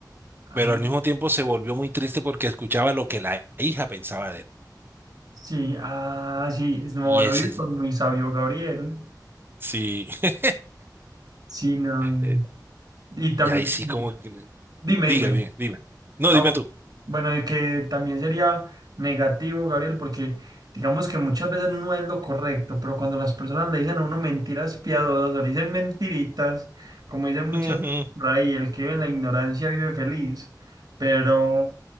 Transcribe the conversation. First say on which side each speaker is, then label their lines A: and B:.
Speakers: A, on the right (about 60°); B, on the right (about 30°).
A: Ah,
B: Pero al mismo tiempo se volvió muy triste porque escuchaba lo que la hija pensaba de él.
A: sí, ah, sí, es- no,
B: Y
A: hoy
B: ese
A: es
B: sí,
A: por muy sabio Gabriel.
B: <laughs>
A: Sí, no, y,
B: eh,
A: y también,
B: y ahí
A: pues,
B: sí como que...
A: dime,
B: Diga
A: dime.
B: bien, dime. No,
A: Ah,
B: dime
A: bu-
B: tú.
A: bueno, y que también sería negativo, Gabriel, porque digamos que muchas veces no es lo correcto, pero cuando las personas le dicen a uno mentiras piadosas o le dicen mentiritas, como dicen muchas
B: Ujú,
A: veces por ahí, el que vive en la ignorancia vive feliz, pero,